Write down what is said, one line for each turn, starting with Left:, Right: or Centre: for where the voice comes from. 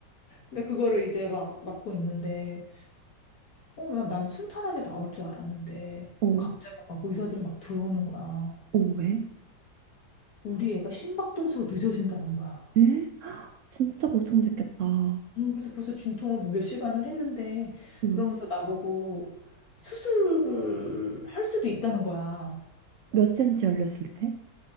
Left: 근데 그거를 이제 막 맞고 있는데 어, 난, 난 순탄하게 나올 줄 알았는데
Right: 어,
Left: 갑자기 막 의사들이 막 들어오는 거야.
Right: 어, 왜?
Left: 우리 애가 심박동수가 늦어진다는 거야.
Right: 에? 진짜 걱정됐겠다.
Left: 음, 그래서 벌써 진통을 뭐몇 시간을 했는데
Right: 음.
Left: 그러면서 나보고 수술을 할 수도 있다는 거야.
Right: 몇 센치 열렸을 때?